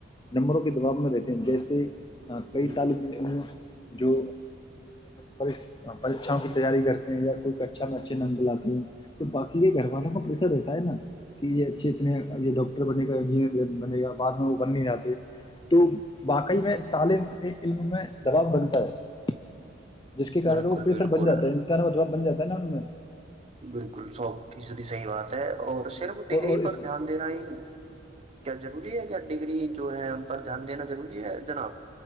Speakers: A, on the left; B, on the right.
A: نمبروں کے دباؤ میں رہتے ہیں جیسے ہاں کئی
B: بالکل
A: تالب جو پریھاں کی تیاری کرتے ہیں یا کوئی اچھا میں اچھے نمب لاتے ہیں تو باقی کے گھر والوں کو پریشر رہتا ہے نا کہ یہ اچھے اتنے یہ ڈاکٹر بنے کا بنے گا بعد میں وہ بن نہیں جاتے تو واقعی میں تعلیم علم میں دباؤ بنتا ہے جس کے کار
B: بالکل
A: وہ پریسر
B: بالکل
A: بن جاتا ہے امکان ودا بن جا ہے جن میں
B: بالکل سو فیصدی صحی بات ہے اور صرف ڈگری
A: اور اس
B: پر دھیان دینا ہی کیا ضروری ہے کیا ڈگری جو ہے ان پر دھیان دینا ضروری ہے جناب